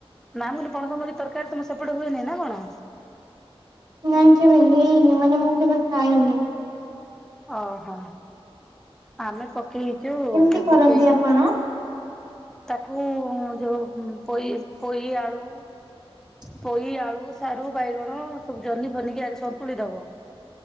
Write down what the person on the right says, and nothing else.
ନାଇଁ କେବେ ହେଇନି ମାନେ ମୁଁ କେବେ ଖାଇନି।
କେମିତି
କରନ୍ତି
ଆପଣ?
ହ <unintelligible>